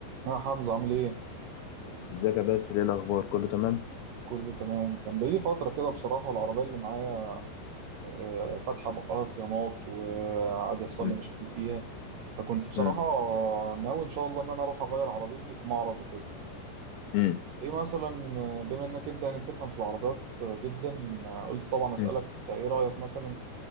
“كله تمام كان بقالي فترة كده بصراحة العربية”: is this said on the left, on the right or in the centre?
Right